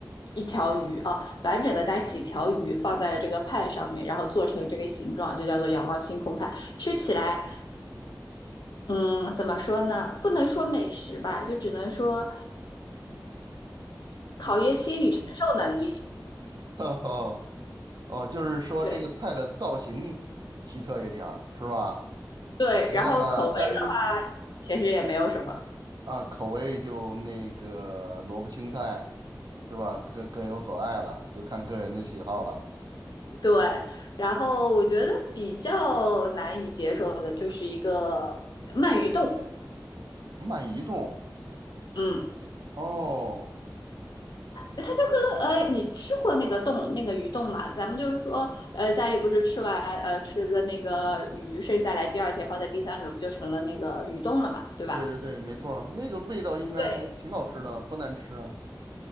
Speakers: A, on the left; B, on the right.
A: 一条鱼啊，完整的带几条鱼放在了这个派上面，然后做成这个形状，就叫做仰望星空派。吃起来嗯，怎么说呢？不能说美食吧，就只能说考验心理承受能力。
B: <laughs> 哦哦，就是说这个菜的造型奇特一点儿，
A: 对
B: 是吧？
A: 对，
B: 然后呢，
A: 然后口味上
B: 但是
A: 其实也没有什么。
B: 啊，口味就那个萝卜青菜，是吧？各各有所爱了，就看个人的喜好了。
A: 对，然后我觉得比较难以接受的就是一个鳗鱼冻。
B: 慢移动，
A: 嗯，
B: 哦，
A: 它就跟呃，你吃过那个冻那个鱼冻嘛？咱们就是说，呃，家里不是吃完呃吃的那个鱼剩下来，第二天放在冰箱里面，不就成了那个鱼冻了嘛，对吧？
B: 对对对，没错儿那个味道应该还挺好吃的，
A: 对。
B: 不难吃啊。